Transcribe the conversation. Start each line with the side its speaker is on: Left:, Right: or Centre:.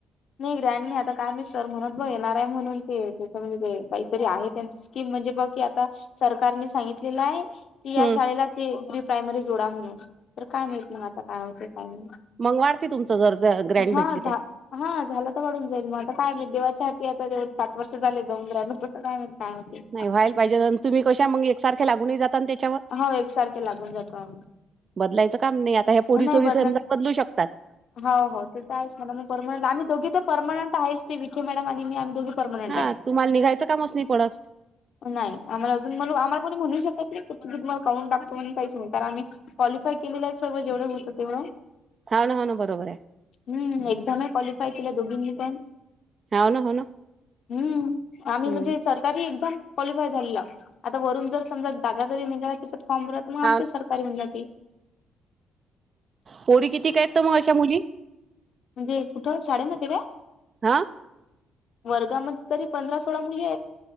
Left: नाही ग्रॅन नाही आता काय मी सर म्हणत बघ येणारय म्हणून ते त्याच्या म्हणजे ते काही तरी आहेत. त्यांच स्कीम म्हणजे बघ की, आता सरकारने सांगितलेलं आहे. ती या
Right: हम्म
Left: शाळेला ते प्री -प्रायमरी जोडा म्हणून. तर काय माहित मग, आता काय होतंय काय नाही
Right: मग वाढते तुमचं जर ग्रँड
Left: हा.
Right: भेटली तर
Left: धा हा झाला तर वाढून जाईल मग, आता काय मग देवाच्या हाती आता तेवढे पाच वर्ष झाले, <unintelligible>
Right: नाही व्हायल पाहिजे तुम्ही, कशा मग एकसारखे लागून जात नाही ना ते.
Left: हाव एकसारखे लागून जातो.
Right: बदलायचं काम नाही आता, ह्या पोरीसोरीस
Left: नाही बदलत
Right: समजा बदलू शकतात.
Left: हो हो.. ते तर आहेच म्हणा पर्मनंट आम्ही दोघी तर पर्मनंट आहेच. ते विखे मॅडम, आणि मी आम्ही दोघी. परमनंट
Right: हा
Left: आहे
Right: तुम्हाला निघायचं, कामच नाही पडत.
Left: नाही आम्हाला अजून‌, आम्हाला कोण म्हणू शकत नाही. ती तुम्हाला काउंट टाकतो म्हणी काहीच नाही तर आम्ही क्वालिफाय केलेलं आहे सर्व जेवढं होतं तेवढं.
Right: हांव ना हांव बरोबर ये.
Left: हम्म एक्झम ही क्वालिफाय केले दोघींनी पण.
Right: हाव ना हो ना
Left: हम्म.. आम्ही
Right: हम्म
Left: म्हणजे चर तरी एक्झाम क्वालिफाय झालेला, आता वरून जर समजा <unintelligible> तरी निघाला. फॉर्म भराला तर‌ आमचे
Right: हा
Left: सरकारी होवून जाते.
Right: पोरी किती काय, तर मग अशा मुली.
Left: म्हणजे, कुठं शाळेमध्ये काय.
Right: हां...
Left: वर्गामध्ये तरी पंधरा सोळा मुली आहेत.